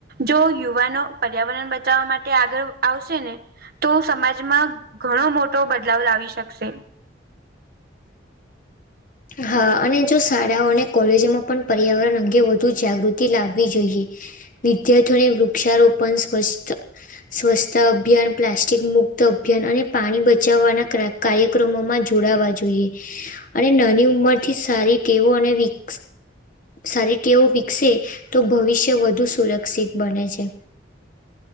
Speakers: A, on the right (about 50°); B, on the left (about 45°).
A: જો યુવાનો પર્યાવરણ બચાવવા માટે આગળ આવશે ને તો સમાજમાં ઘણો મોટો બદલાવ લાવી શકશે.
B: હા અને જો શાળાઓ અને કોલેજોમાં પણ પર્યાવરણ અંગે વધુ જાગૃતિ લાવવી જોઈએ. વિદ્યારથીઓને વૃક્ષારોપણ સ્વસ્થ સ્વચ્છતા અભિયાન, પ્લાસ્ટિક મુક્ત અભિયાન, અને પાણી બચાવવાના ક્રા કાર્યક્રમોમાં જોડાવા જોઈએ અને નાની ઉમરથી સારી ટેવો અને વિક સારી ટેવો વિકસે તો ભવિષ્ય વધુ સુરક્ષિત બને છે.